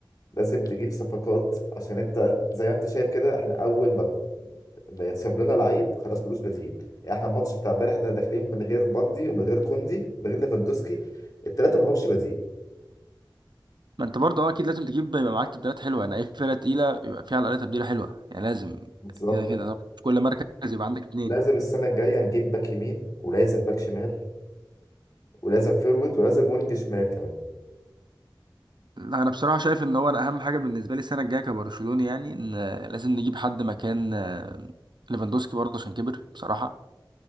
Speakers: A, on the left; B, on the right.
A: لازم تجيب صفقات عشان انت زي ما انت شايف كده احنا اول ما ب- بيتساب لنا لعيب خلاص ملوش بديل يعني احنا الماتش بتاع امبارح ده داخلين من غير بالدي ومن غير كوندي من غير ليفاندوسكي الثلاثه ما لهمش بديل
B: ما انت برضه اه اكيد لازم تجيب يبقى معاك تبديلات حلوه انا اي فرقه تقيله يبقى فيها على الاقل تبديله حلوه يعني لازم
A: بالظبط
B: كده كده طبعا في كل مركز يبقى عندك اتنين
A: لازم السنه الجايه نجيب باك يمين ولازم باك شمال ولازم فيرود ولازم وينج شمال كمان
B: لا انا بصراحه شايف ان هو انا اهم حاجه بالنسبه لي السنه الجايه كبرشلوني يعني ان لازم نجيب حد مكان آه، ليفاندوسكي برضه عشان كبر بصراحه